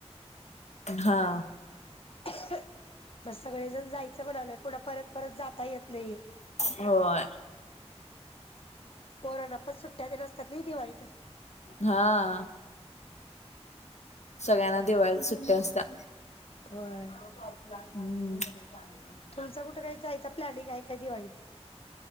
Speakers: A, on the left; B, on the left.
A: हा
B: <inaudible> म सगळेजण जायचं म्हणालोय पुन्हा परत परत जाता येत नाही
A: होय
B: पोरांना पण सुट्ट्या तेन असत्यात नई दिवाळीत
A: हा सगळ्यांना दिवाळीला सुट्टी असत्या
B: होय
A: हूं
B: तुमचा कुठं काय जायचा प्लॅनिंग हाय काय दिवाळीमध्ये